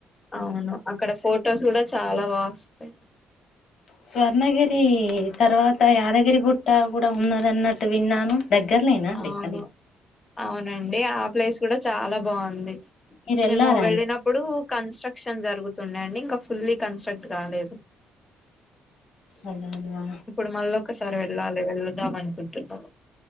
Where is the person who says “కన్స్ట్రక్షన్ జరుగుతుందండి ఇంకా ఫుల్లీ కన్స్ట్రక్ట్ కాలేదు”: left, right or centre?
Left